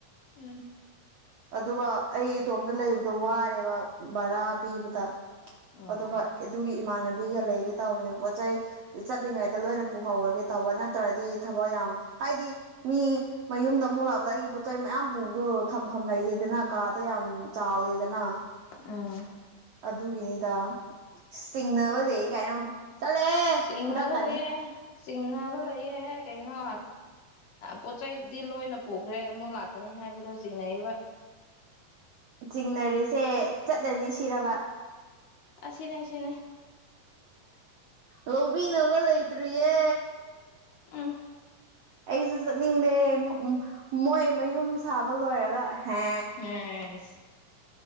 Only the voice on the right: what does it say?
ꯑꯗꯨꯒ ꯑꯩ ꯏꯗꯣꯝꯗ ꯂꯩꯕꯗꯣ ꯋꯥꯔꯦꯕ ꯚꯔꯥ ꯄꯤꯕꯗ
ꯑꯗꯨꯒ ꯑꯗꯨꯒꯤ ꯏꯃꯥꯟꯅꯕꯤꯒ ꯂꯩꯒꯦ ꯇꯧꯕꯅꯦ ꯄꯣꯠ ꯆꯩ ꯆꯠꯂꯤꯉꯩꯗ ꯂꯣꯏꯅ ꯄꯨꯍꯧꯔꯒꯦ ꯇꯧꯕ ꯅꯠꯇ꯭ꯔꯗꯤ ꯊꯕꯛ ꯌꯥꯝ ꯍꯥꯏꯗꯤ ꯃꯤ ꯃꯌꯨꯝꯗ ꯑꯃꯨꯛ ꯂꯥꯛꯄꯗ ꯑꯩꯒꯤ ꯄꯣꯠ ꯆꯩ ꯃꯌꯥꯝ ꯄꯨꯕꯗꯣ ꯐꯐꯝ ꯂꯩꯇꯦꯗꯅ ꯀꯥꯗꯣ ꯌꯥꯝ ꯆꯥꯎꯗꯦꯗꯅ
ꯑꯗꯨꯒꯤꯅꯤꯗ ꯆꯤꯡꯅꯕ ꯂꯩ ꯀꯥꯏꯅ ꯆꯠꯂꯦ
ꯐꯨꯔꯛꯀꯅꯤ
ꯆꯤꯡꯅꯔꯤꯁꯦ ꯆꯠꯂꯅꯤ ꯁꯤꯔꯕ
ꯂꯧꯕꯤꯅꯕ ꯂꯩꯇ꯭ꯔꯤꯌꯦ
ꯑꯩꯁꯨ ꯆꯠꯅꯤꯡꯗꯦ ꯃꯣꯏ ꯃꯌꯨꯝ ꯁꯥꯕ ꯂꯣꯏꯔꯒ ꯍ